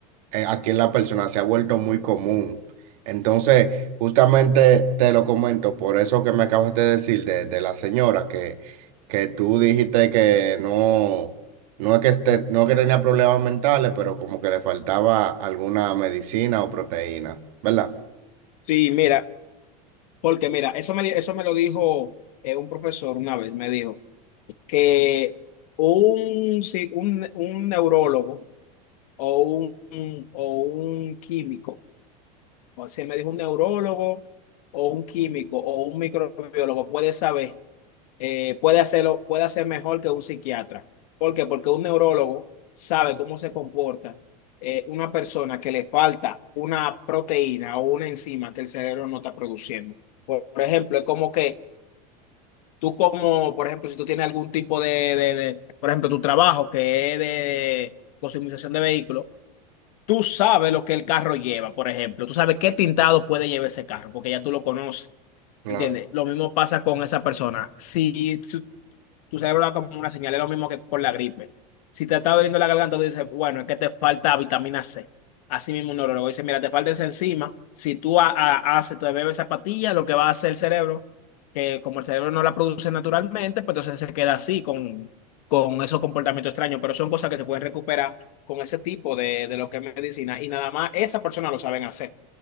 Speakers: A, on the right (about 70°); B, on the left (about 70°).
A: eh, aquí en la persona se ha vuelto muy común. Entonces, justamente te lo comento por eso que me acabas de decir de, de la señora que, que tú dijiste que no, no es que esté, no es que tenía problemas mentales, pero como que le faltaba alguna medicina o proteína, ¿verdad?
B: Sí, mira. Porque mira, eso me, di- eso me lo dijo eh, un profesor una vez, me dijo que un, si- un, un neurólogo o un, un- o un químico, o sea, me dijo un neurólogo o un químico o un microbiólogo puede saber, eh, puede hacerlo, puede hacer mejor que un psiquiatra. ¿Por qué? Porque un neurólogo sabe cómo se comporta eh, una persona que le falta una proteína o una enzima que el cerebro no está produciendo. Por por ejemplo, es como que Tú como, por ejemplo, si tú tienes algún tipo de, de- de- por ejemplo, tu trabajo que es de customización de vehículos, tú sabes lo que el carro lleva, por ejemplo. Tú sabes qué tintado puede llevar ese carro, porque ya tú lo conoces,
A: Claro,
B: ¿entiendes? Lo mismo pasa con esa persona. Si, si tu cerebro da como una señal, es lo mismo que con la gripe. Si te está doliendo la garganta, tú dices, bueno, es que te falta vitamina C. Así mismo un neurólogo dice, mira, te falta esa enzima. Si tú ha- ha- haces, te bebes esa pastilla, lo que va a hacer el cerebro, que como el cerebro no la produce naturalmente, pues entonces se queda así con, con esos comportamientos extraños. Pero son cosas que se pueden recuperar con ese tipo de, de lo que es medicina. Y nada más esa persona lo saben hacer,